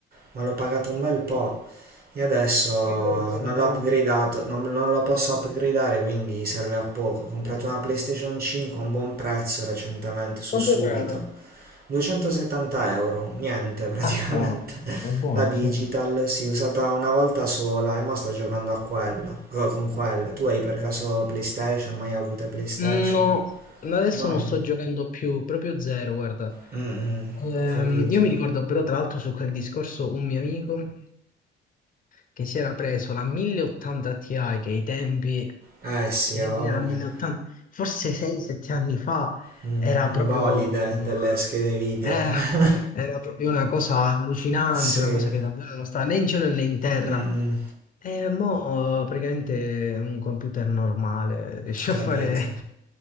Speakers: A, on the right; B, on the left.
A: ma l'ho pagato un bel po'. E adesso
B: Io non ricordo.
A: non l'ho upgradato, non, non lo posso upgradare, quindi serve a poco. Ho comprato una PlayStation 5 a un buon prezzo recentemente, su
B: Quanto
A: Subito.
B: è pagata?
A: 270 euro, niente praticamente.
B: Ah, buono,
A: <laughs>
B: è buono,
A: La digital
B: sì.
A: si è usata una volta sola e mo sto giocando a quella, co- con quella. Tu hai per caso PlayStation? Mai avute PlayStation?
B: No, adesso
A: Mai?
B: non sto giocando più, proprio zero, guarda.
A: Mm-mm,
B: Ehm,
A: capito.
B: io mi ricordo però, tra l'altro, su quel discorso un mio amico. che si era preso la 1080 Ti, che i tempi,
A: Eh sì,
B: i
A: ha
B: tempi
A: voglia.
B: della 1080, forse 6-7 anni fa,
A: Un,
B: era
A: un
B: proprio,
A: bolide delle schede video.
B: eh,
A: <laughs>
B: era proprio una cosa allucinante,
A: Sì,
B: una cosa che davvero non sta né in cielo né in terra.
A: mm-mm,
B: E mo' praticamente un computer normale <laughs> riesce
A: capito.
B: a fare...